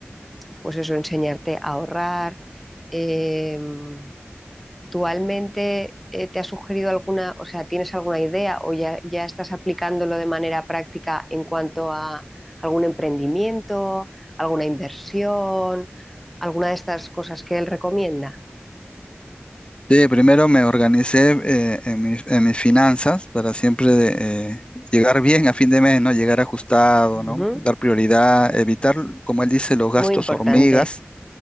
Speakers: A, in the centre; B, on the left.
A: pues eso, enseñarte a ahorrar, em, ¿actualmente eh, te ha sugerido alguna, o sea, tienes alguna idea o ya, ya estás aplicándolo de manera práctica en cuanto a algún emprendimiento, alguna inversión, alguna de estas cosas que él recomienda?
B: Sí, primero me organicé eh, en mis, en mis finanzas para siempre de, eh, llegar bien a fin de mes, ¿no? Llegar ajustado,
A: Ujú,
B: ¿no? Dar prioridad, evitar, como él dice, los gastos
A: Muy importante.
B: hormigas,